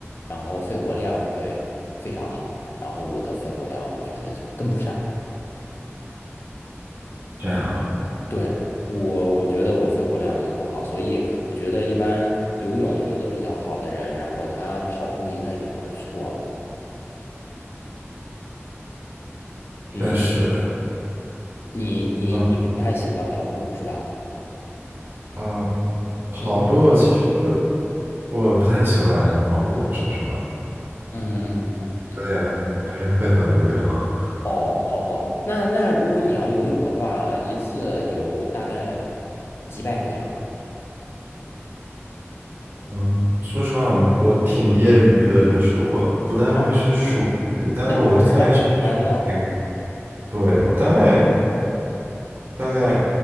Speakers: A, on the left (about 55°); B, on the right (about 50°).
A: 然后肺活量会非常好，然后我的肺活量我觉得就跟不上，
B: 这样
A: 对，我我觉得我肺活量就不好，所以我觉得一般游泳游的比较好的人，然后他跑步应该也还不错，嗯，
B: 确实，
A: 你你你不太喜欢跑步是吧？
B: 嗯嗯，跑步其实
A: 嗯
B: 我不太喜欢跑步，
A: 嗯。
B: 说实话，
A: 嗯嗯嗯嗯，
B: 有点感觉会很无聊。
A: 哦，好吧。那那如果你要游泳的话，一次游大概几百米啊？
B: 嗯，说实话，我挺业余的，就是我不太会去数，
A: 绕，
B: 但是我在数
A: 那就是绕几圈了。
B: 这个，对，我大概
A: 嗯，
B: 大概